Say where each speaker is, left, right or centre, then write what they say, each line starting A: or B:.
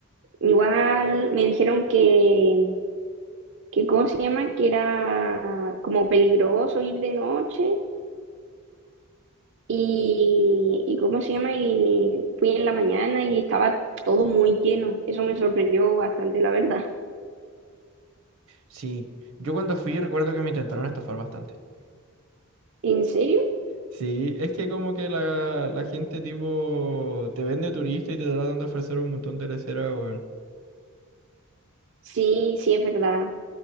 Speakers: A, on the right; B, on the right.
A: igual me dijeron que, que, ¿cómo se llama? Que era como peligroso ir de noche Y, y ¿cómo se llama? Y fui en la mañana y estaba todo muy lleno. Eso me sorprendió bastante, la verdad.
B: Sí, yo cuando fui recuerdo que me intentaron estafar bastante.
A: <laughs> ¿En serio?
B: Sí, es que como que la, la gente tipo te vende turista y te tratan de ofrecer un montón de lesera, weón.
A: Sí, sí, es verdad.